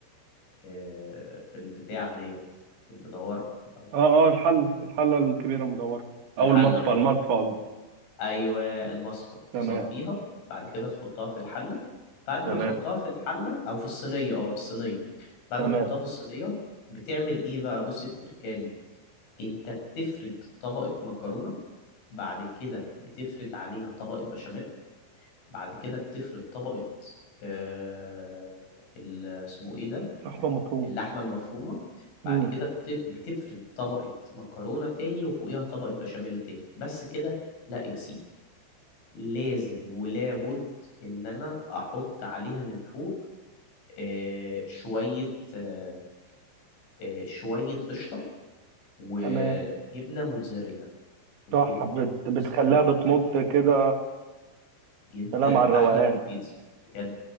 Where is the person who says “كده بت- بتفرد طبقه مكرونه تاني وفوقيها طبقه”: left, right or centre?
Left